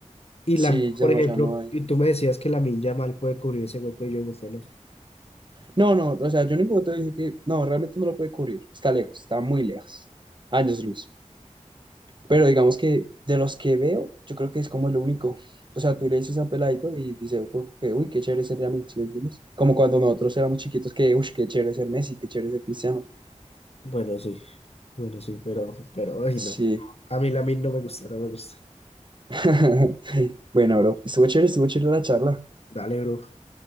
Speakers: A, on the left; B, on the right.
A: Y
B: Sí,
A: la,
B: ya
A: por
B: no,
A: ejemplo,
B: ya no hay.
A: y tú me decías que la Lamine mal puede cubrir ese hueco y yo digo que no.
B: No, no, o sea, yo en ningún momento dije que no, realmente no lo puede cubrir. Está lejos, está muy lejos. Años luz. Pero digamos que de los que veo, yo creo que es como el único. O sea, tú le dices a un peladito y dice, "Uy, que, uy, qué chévere ser Yamil", ¿sí me entiendes? Como cuando nosotros éramos chiquitos, que, uy, qué chévere ser Messi, qué chévere ser Cristiano.
A: Bueno, sí, bueno, sí, pero, pero, ay,
B: Sí.
A: no. A mí min no me gusta, no me gusta.
B: <laughs> Bueno, bro, estuvo chévere, estuvo chévere la charla.
A: Dale, bro.